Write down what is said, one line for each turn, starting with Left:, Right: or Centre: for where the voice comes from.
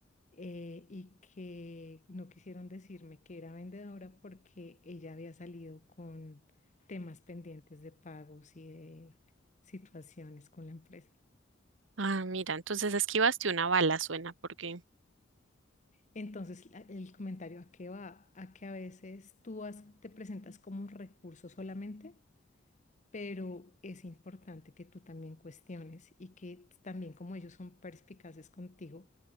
Left: eh, y que no quisieron decirme que era vendedora porque ella había salido con temas pendientes de pagos y de situaciones con la empresa.
Right: Ah, mira, entonces esquivaste una bala, suena, porque
Left: Entonces, la- el comentario a qué va, a que a veces tú has- te presentas como un recurso solamente, pero es importante que tú también cuestiones y que también como ellos son perspicaces contigo